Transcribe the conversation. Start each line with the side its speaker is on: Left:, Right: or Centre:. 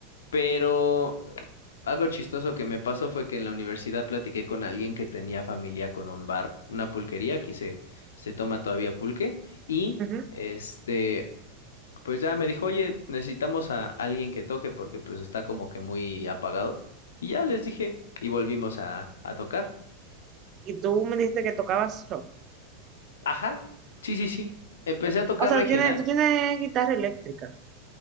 Left: pero algo chistoso que me pasó fue que en la universidad platiqué con alguien que tenía familia con un bar, una pulquería, aquí se, se toma todavía pulque, y...
Right: ujú.
Left: Este, pues ya me dijo, oye, necesitamos a alguien que toque porque pues está como que muy apagado. Y ya les dije, y volvimos a, a tocar.
Right: Y tú me dijiste que tocabas rock.
Left: Ajá, sí, sí, sí. Empecé a tocar
Right: O sea,
Left: regional,
Right: tú tienes, tú tienes guitarra eléctrica.